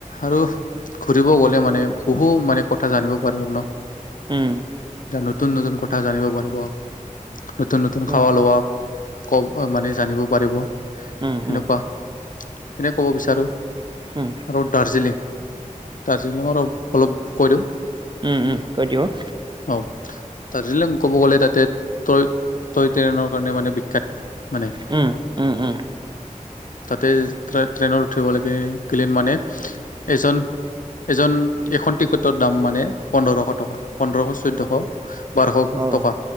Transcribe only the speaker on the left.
আৰু ঘুৰিব গ'লে মানে, বহু মানে, কথা জানিব পাৰিম ন'?
নতুন-নতুন কথা জানিব পাৰিব। নতুন-নতুন
খাৱা- লৱা। <unintelligible> মানে, জানিব পাৰিব,
সেনেকুৱা।
সেইখিনিয়ে ক'ব বিচাৰো।
আৰু দাৰ্জিলিং-দাৰ্জিলিংৰ অলপ কৈ দিওঁ।
অ'! দাৰ্জিলিং ক'ব গ'লে, তাতে, টয়-টয় ট্ৰেইনৰ কাৰণে মানে, বিখ্যাত মানে।
তাতে, ট্ৰেইনত উঠিব লাগে। <unintelligible> মানে, এজন এজন, এখন টিকটৰ দাম মানে, পোন্ধৰশ টকা, পোন্ধৰশ-চৈধ্যশ। বাৰশ
টকা।